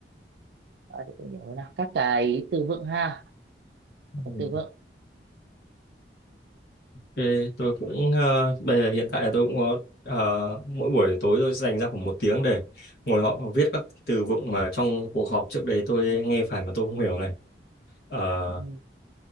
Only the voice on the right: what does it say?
à, để tôi nhớ nào các cái từ vựng ha các cái
từ vựng
ừ.